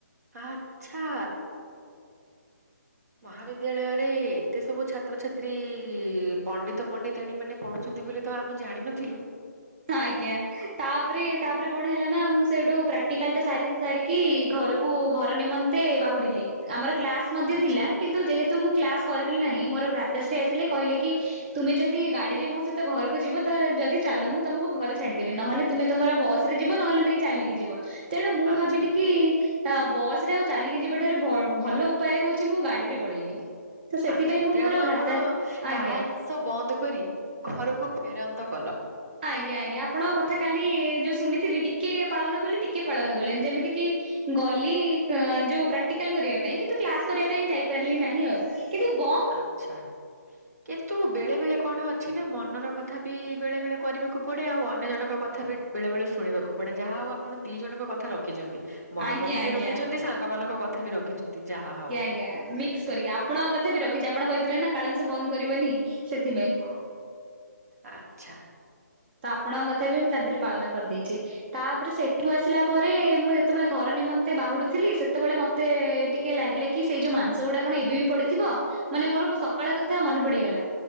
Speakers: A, on the right; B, on the right.
A: ଆଚ୍ଛା। ମହାବିଦ୍ୟାଳୟରେ ଏତେ ସବୁ ଛାତ୍ରଛାତ୍ରୀ ପଣ୍ଡିତ ପଣ୍ଡିତିୟାଣୀ ମାନେ ପଢ଼ୁଛନ୍ତି ବୋଲି ତ ଆମେ ଜାଣିନଥିଲୁ।
B: ଆଜ୍ଞା, ତାପରେ ତାପରେ କଣ ହେଲା ନା ମୁଁ ସେଇଠୁ ପ୍ରାକ୍ଟିକାଲ୍ ଟା ସାରି ସାରି କି ଘରକୁ ଘର ନିମନ୍ତେ ବାହୁଡିଲି, ଆମର କ୍ଲାସ ମଧ୍ୟ
A: ଆଚ୍ଛା
B: ଥିଲା କିନ୍ତୁ ଯେହେତୁ ମୁଁ କ୍ଲାସ୍ କରିଲି ନାହିଁ? ମୋର ଭ୍ରାତାଶ୍ରୀ ଆସିଲେ କହିଲେ କି- - ତୁମେ ଯଦି ଗାଡିରେ ମୋ ସହିତ ଘରକୁ ଯିବ ଯଦି ଚାଲ। ମୁ ତମକୁ ଘରେ ଛାଡିଦେବେ ନହେଲେ ତୁମେ ତମର ବସ ରେ ଯିବ ନହେଲେ ନାଇ ଚାଲିକି ଯିବ। ତେଣୁ ମୁଁ
A: ଆଚ୍ଛା
B: ଭାବିଲି କି -- ବସ ରେ ଆଉ ଚାଲିକି ଯିବାଠାରୁ ବ ଭଲ ଉପାୟ ହଉଚି ମୁଁ ଗାଡିରେ ପଳେଇବି। ତ ସେଥିପାଇଁ
A: ଆଚ୍ଛା,
B: ମୁଁ
A: ତେଣୁ
B: ମୋର
A: ଆପଣ
B: ଭ୍ରାତା ଆଜ୍ଞା
A: କାଳାଂଶ ବନ୍ଦ କରି ଘରକୁ ଫେରାନ୍ତ କଲ।
B: ଆଜ୍ଞା, ଆଜ୍ଞା। ଆପଣ କଥା କାଲି ଯୋଉ ଶୁଣିଥିଲି ଟିକେ ପାଳନ କଲେ ଟିକେ ପାଳନ କଲିନି। ଯେମିତି କିି ଗଲି ଯୋଉ ପ୍ରାକ୍ଟିକାଲ୍ କରିବା ପାଇଁ, କିନ୍ତୁ କ୍ଲାସ କରିବା ପାଇଁ ଯାଇପାରିଲି ନାହିଁ ଆଉ। କିନ୍ତୁ ବ
A: ଆଚ୍ଛା। କିନ୍ତୁ ବେଳେ ବେଳେ କଣ ଅଛି ନା ମନର କଥା ବି ବେଳେ ବେଳେ କରିବାକୁ ପଡେ। ଆଉ ଅନ୍ୟ ଜଣଙ୍କ କ ଥା ବି ବେଳେ ବେଳେ ଶୁଣିବାକୁ ପଡେ, ଯାହା ହଉ ଆପଣ ଦି ଜଣଙ୍କ କଥା ରଖିଚନ୍ତି। ମନ
B: ଆଜ୍ଞା
A: କଥା ବି
B: ଆଜ୍ଞା
A: ରଖିଚନ୍ତି, ସାଙ୍ଗ ମାନଙ୍କ କଥା ବି ରଖିଚନ୍ତି, ଯାହା ହଉ।
B: ୟା ନିକ୍। କରିକି ଆପଣଙ୍କ କଥା ବି ରଖିଛି ଆପଣ କହିଥିଲେ ନା କାଳଂସ ବନ୍ଦ୍ କରିବନି ସେଥିପାଇଁ।
A: ହ, ଆଚ୍ଛା।
B: ତ ଆପଣଙ୍କ କଥା ବି ମୁଁ ତା ଦେହରେ ପାଳନ କରିଦେଇଚି। ତାପରେ ସେଠୁ ଆସିଲା ପରେ ମୁଁ ଯେତେବେଳେ ଘର ନିମନ୍ତେ ବାହୁଡୁଥିଲି ସେତେବେଳେ ମ ତେ ଟିକେ ଲାଗିଲା କି ସେଇ ଯୋଉ ମାଂସ ଗୁଡା କଣ ଏବେ ବି ପଡିଥିବ। ମାନେ ମୋର ସକାଳ କଥା ମନେ ପଡିଗଲା।